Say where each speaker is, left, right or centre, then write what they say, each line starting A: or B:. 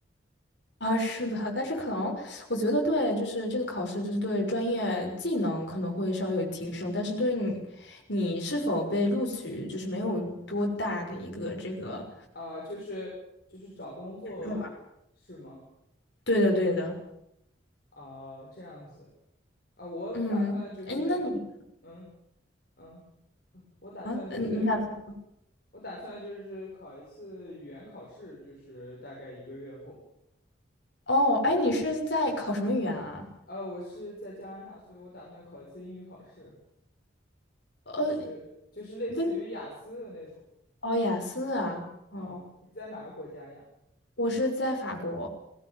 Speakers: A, on the left; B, on the left.
A: 啊，是的，但是可能我觉得对，就是这个考试，就是对专业技能可能会稍微有提升，但是对你，你是否被录取，就是没有多大的一个这个，
B: 啊、就是就是找工作是吗？
A: 权重吧。对的，对的，
B: 啊、这样子啊、我打算就是，
A: 嗯，哎，那你
B: 嗯嗯，我打算就是，
A: 啊，呃你打算
B: 我打算就是考一次语言考试，就是大概一个月后。
A: 哦，哎，你是在考什么语言啊？
B: 呃，我是在加拿大，所以我打算考一次英语考试，
A: 呃，
B: 就是就是类似于雅思的那种。
A: 为哦，雅思啊，哦，
B: 嗯，你在哪个国家呀？
A: 我是在法国，